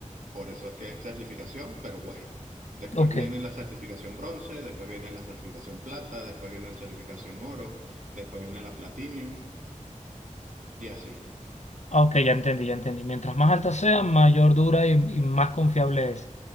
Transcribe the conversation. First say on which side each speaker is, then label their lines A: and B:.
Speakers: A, on the right; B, on the left.
A: Por eso es que es certificación, pero white. Después
B: ok.
A: viene la certificación bronce, después viene la certificación plata, después viene la certificación oro, después viene la platinum y así.
B: Ah, Ok, ya entendí, ya entendí. Mientras más alta sea, mayor dura y, y más confiable es.